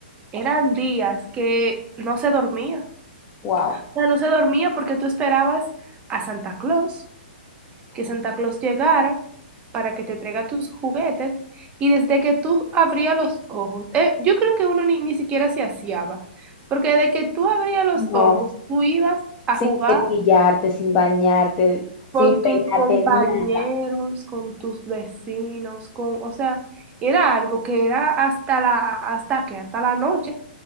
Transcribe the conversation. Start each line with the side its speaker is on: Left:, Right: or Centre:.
Right: eran días que no se dormía.
Left: wow,
Right: O sea, no se dormía porque tú esperabas a Santa Claus, que Santa Claus llegara para que te traiga tus juguetes y desde que tú abrías los ojos, eh, yo creo que uno ni, ni siquiera se aseaba, porque desde que tú abrías los
Left: no,
Right: ojos, tú ibas a
Left: sin
Right: jugar
Left: cepillarte, sin bañarte,
Right: con
Left: sin
Right: tus
Left: peinarte,
Right: compañeros,
Left: nada.
Right: con tus vecinos, con, o sea, era algo que era hasta la, hasta que, hasta la noche.